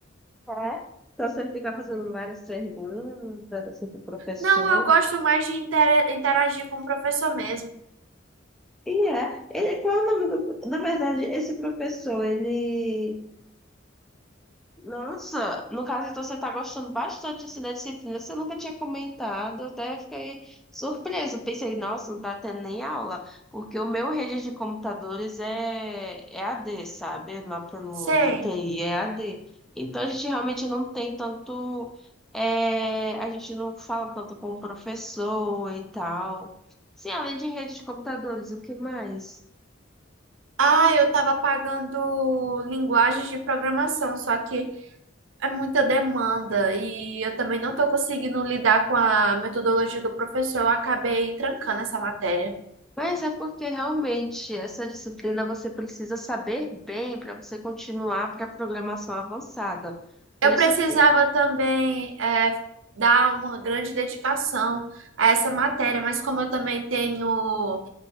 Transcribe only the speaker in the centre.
É? Então você fica fazendo várias perguntas assim, pro professor.
E é. Ele, qual é o nome do... Na verdade, esse professor, ele... Nossa, no caso, então você está gostando bastante assim, da disciplina. Você nunca tinha comentado, até fiquei surpresa. Pensei, nossa, não está tendo nem aula, porque o meu rede de computadores é, é a d sabe? Lá pelo
de TI é a d Então a gente realmente não tem tanto. é, a gente não fala tanto com o professor e tal. Sim, além de rede de computadores, o que mais?
Mas é porque realmente essa disciplina você precisa saber bem para você continuar para a programação avançada. Por
isso
que